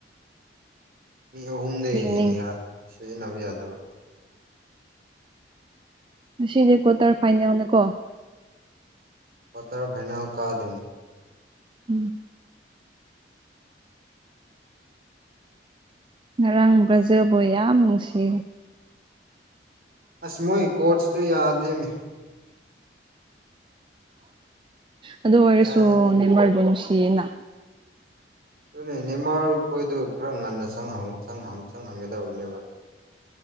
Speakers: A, on the right; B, on the right.
A: ꯃꯤ ꯑꯍꯨꯝꯗꯒꯤ
B: ꯌꯦꯡꯅꯤꯡ
A: ꯍꯦꯟꯅ ꯁꯤꯖꯤꯟꯅꯕ ꯌꯥꯗꯕ
B: ꯉꯗꯤ ꯀ꯭ꯋꯥꯇꯔ ꯐꯥꯏꯅꯦꯜꯅꯀꯣ
A: ꯀ꯭ꯋꯥꯇꯔ ꯐꯥꯏꯅꯦꯜ ꯀꯥ ꯑꯗꯨꯅꯤ
B: ꯎꯝ ꯔꯥꯡꯕ꯭ꯔꯥꯖꯕ ꯌꯥꯝ ꯅꯨꯡꯁꯤ
A: ꯑꯁ ꯃꯣꯏ ꯀꯣꯔꯣꯆꯇꯨ ꯌꯥꯗꯃꯤ
B: ꯑꯗꯨ ꯑꯣꯏꯔꯁꯨ
A: ꯀꯗꯥꯏꯗꯒꯤ
B: ꯅꯤꯔꯃꯜꯕꯨ ꯅꯨꯡꯁꯤꯌꯦꯅ
A: ꯑꯗꯨꯅꯦ ꯅꯦꯃꯥꯔ ꯈꯣꯏꯗꯨ ꯈꯔ ꯉꯟꯅ ꯆꯪꯍꯟꯒꯗꯕꯅꯦꯕ